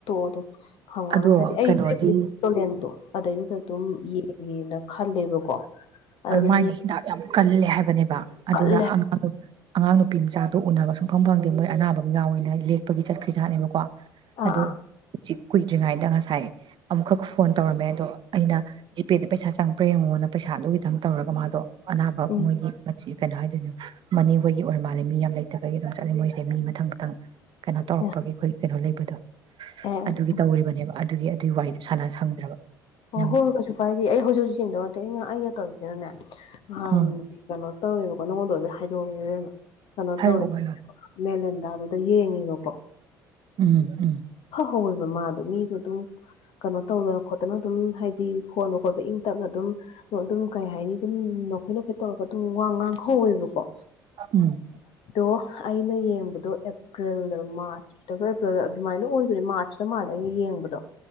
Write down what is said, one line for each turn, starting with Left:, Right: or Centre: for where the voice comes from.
Left: ꯑꯗꯨꯣ ꯈꯪꯉꯅꯨ
Right: ꯑꯗꯣ
Left: ꯍꯥꯏꯗꯤ ꯑꯩꯣꯦꯟꯗꯣ
Right: ꯀꯩꯅꯣꯗꯤ
Left: ꯑꯗꯨꯗꯩꯗꯨꯗ ꯑꯗꯨꯝ ꯌꯦꯡꯉꯦꯅ ꯈꯜꯂꯦꯕꯀꯣ ꯑꯗ
Right: ꯑꯗꯨꯃꯥꯏꯅ
Left: ꯑꯗꯨꯝ
Right: ꯍꯤꯗꯥꯛ ꯌꯥꯝ ꯀꯜꯂꯦ ꯍꯥꯏꯕꯅꯦꯕ ꯑꯗꯨꯅ
Left: ꯀꯜꯂꯦ
Right: ꯑꯉꯥꯡ ꯑꯉꯥꯡ ꯅꯨꯄꯤ ꯃꯆꯥꯗꯣ ꯎꯅꯕ ꯁꯨꯡ ꯐꯐꯝ ꯐꯪꯗꯦ ꯃꯣꯏ ꯑꯅꯥꯕ ꯃ ꯌꯥꯎ ꯑꯣꯏꯅ ꯂꯦꯛꯄꯒꯤ ꯆꯠꯈ꯭ꯔꯤꯖꯥꯠꯅꯦꯕꯀꯣ
Left: ꯑꯥ
Right: ꯑꯗꯣ
Left: ꯑꯥ
Right: ꯆꯛ ꯀꯨꯏꯗ꯭ꯔꯤꯉꯩꯗ ꯉꯁꯥꯏ ꯑꯃꯨꯛꯈꯛ ꯐꯣꯟ ꯇꯧꯔꯝꯃꯦ ꯑꯗꯣ ꯑꯩꯅ ꯖꯤꯄꯦꯗ ꯄꯩꯁꯥ ꯆꯪꯕ꯭ꯔꯥ ꯌꯦꯡꯉꯣꯅ ꯄꯩꯁꯥꯗꯨꯒꯤ ꯈꯤꯇꯪ ꯇꯧꯔꯒ ꯃꯥꯗꯣ ꯑꯅꯥꯕ
Left: ꯎꯝ
Right: ꯃꯣꯏꯒꯤ ꯃꯆꯤ ꯀꯩꯅꯣ ꯍꯥꯏꯗꯣꯏꯅꯣ ꯃꯅꯤ ꯍꯣꯏꯒꯤ ꯑꯣꯏꯔ ꯃꯥꯜꯂꯦ ꯃꯤ ꯌꯥꯝ ꯂꯩꯇꯕꯒꯤ ꯑꯗꯨꯝ ꯆꯠꯂꯤꯦ ꯃꯣꯏꯁꯦ ꯃꯤ ꯃꯊꯪ ꯃꯊꯪ ꯀꯩꯅꯣ ꯇꯧꯔꯛꯄꯒꯤ
Left: ꯑꯦ
Right: ꯑꯩꯈꯣꯏ ꯀꯩꯅꯣ ꯂꯩꯕ ꯎꯗꯣ
Left: ꯑꯣ
Right: ꯑꯗꯨꯒꯤ ꯇꯧꯔꯤꯕꯅꯦꯕ ꯑꯗꯨꯒꯤ ꯑꯗꯨꯒꯤ ꯋꯥꯔꯤꯗꯣ ꯁꯥꯟꯅ <unintelligible>
Left: ꯑꯣ
Right: ꯅꯪꯕꯨ
Left: ꯍꯣꯏ ꯀꯩꯁꯨ ꯀꯥꯏꯗꯦ ꯑꯩ ꯍꯧꯖꯤꯛ ꯍꯧꯖꯤꯛ ꯌꯦꯡꯗꯧ ꯅꯠꯇꯦ ꯑꯩꯅ ꯑꯩꯅ ꯇꯧꯔꯤꯁꯦ ꯑꯗꯨꯅ ꯍ
Right: ꯑꯥ
Left: ꯆꯣ ꯇꯧꯋꯦꯕꯀꯣ ꯅꯉꯣꯟꯗ ꯑꯣꯏꯣꯏ ꯍꯥꯏꯗꯣꯛꯎꯦꯕꯅ ꯀꯩꯅꯣ
Right: ꯍꯥꯏꯔꯛꯑꯣ
Left: ꯇꯧ
Right: ꯍꯥꯏꯔꯛꯑꯣ
Left: ꯃꯦꯂ ꯑꯗꯨꯗ ꯌꯦꯡꯉꯦꯕꯀꯣ
Right: ꯎꯝ ꯎꯝ
Left: ꯍꯧꯋꯦꯕ ꯃꯥꯗꯣ ꯃꯤ ꯑꯗꯨꯝ ꯀꯩꯅꯣ ꯇꯧꯗ ꯈꯣ ꯑꯗꯨꯝ ꯍꯥꯏꯗꯤ ꯈꯣꯟꯠꯅ ꯈꯣꯠꯄ ꯏꯪ ꯇꯞꯅ ꯑꯗꯨꯝ ꯑꯗꯨꯝ ꯀꯩ ꯍꯥꯏꯅꯤ ꯑꯗꯨꯝ ꯅꯣꯈꯩꯠ ꯅꯣꯈꯩꯠ ꯇꯧꯔꯒ ꯑꯗꯨꯝ ꯋꯥ ꯉꯥꯡꯍꯧꯋꯦꯕꯀꯣ
Right: ꯎꯝ
Left: ꯑꯣ ꯑꯩꯅ ꯌꯦꯡꯕꯗꯣ ꯑꯦꯄ꯭ꯔꯤꯜꯗ ꯃꯥꯔꯆ ꯑꯦꯄ꯭ꯔꯤꯜꯗ ꯑꯗꯨꯃꯥꯏꯅ ꯑꯣꯏꯕꯅꯤ ꯃꯥꯔꯆ ꯁꯇ ꯃꯥꯜꯂꯦꯒ ꯌꯦꯡꯕꯗꯣ